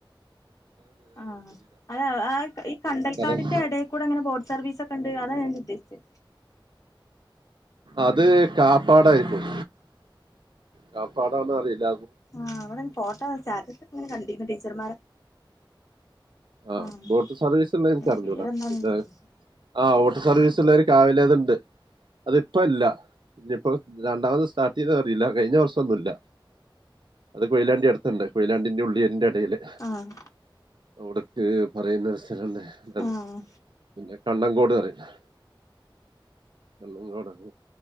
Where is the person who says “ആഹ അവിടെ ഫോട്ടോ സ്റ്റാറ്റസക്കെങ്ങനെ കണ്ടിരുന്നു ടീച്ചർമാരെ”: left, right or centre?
Left